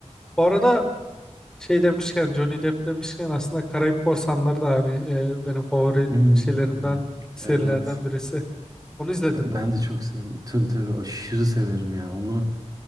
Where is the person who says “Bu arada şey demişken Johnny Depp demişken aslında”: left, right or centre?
Centre